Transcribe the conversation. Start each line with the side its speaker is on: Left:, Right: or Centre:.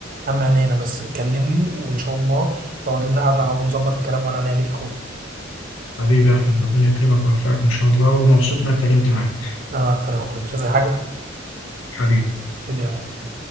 Right: اما انا بس كلمني وان شاء الله نقعد لنا قعده ونظبط الكلام وانا انا ليك يا اخويا
Left: حبيبي يا احمد ربنا يكرمك ويوفقك ان شاء الله ومبسوط اني اتكلمت معاك
Right: انا اكتر يا اخويا مش عايز أي حاجه
Left: حبيبي
Right: إيدي يا غالي.